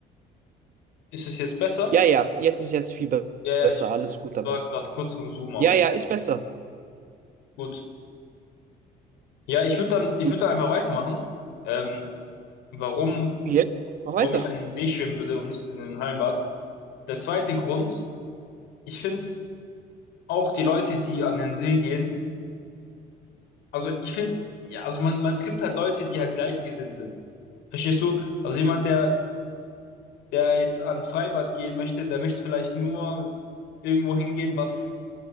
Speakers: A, on the left (about 90°); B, on the right (about 55°).
A: Ist es jetzt besser?
B: Ja, ja, jetzt ist jetzt viel be-
A: Ja, ja,
B: besser.
A: ich
B: Alles gut, aber.
A: war gerade kurz vom Zoom aus.
B: Ja, ja, ist besser.
A: Gut. Ja, ich würde dann, ich
B: Gut.
A: würde dann einfach weitermachen. Ähm, warum,
B: Jetzt mach weiter.
A: warum ich an den See schwimmen würde und nicht in den Hallenbad. Der zweite Grund, ich finde auch die Leute, die an den See gehen, also ich finde, ja, also man, man trifft halt Leute, die halt gleichgesinnt sind. Verstehst du? Also jemand, der, der jetzt ans Freibad gehen möchte, der möchte vielleicht nur irgendwo hingehen, was